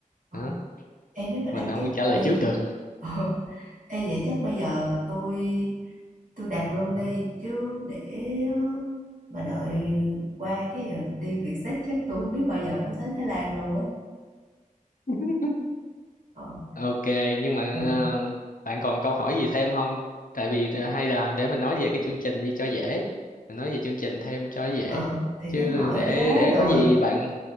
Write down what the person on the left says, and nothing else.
đó
mình không
biết trả lời
trước được
<laughs>
Ok, nhưng mà
ờ, bạn còn câu hỏi gì thêm không? Tại vì ờ, hay là để mình nói về cái chương trình đi cho dễ. Mình nói về chương trình thêm cho dễ.
Chứ
để
để
có gì
bạn